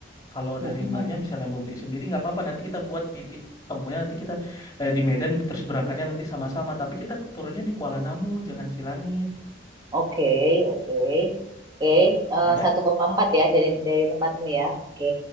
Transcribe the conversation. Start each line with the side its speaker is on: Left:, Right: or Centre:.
Left: Kalau
Right: Mm-mm.
Left: dari mbaknya misalnya mau beli sendiri, nggak apa-apa, nanti kita buat titik temunya nanti kita eh, di Medan terus berangkatnya nanti sama-sama. Tapi kita turunnya di Kuala Namu, jangan Silangit.
Right: Oke, oke. Oke, Eh,
Left: Oke.
Right: 1,4 ya dari dari tempatmu ya. Oke,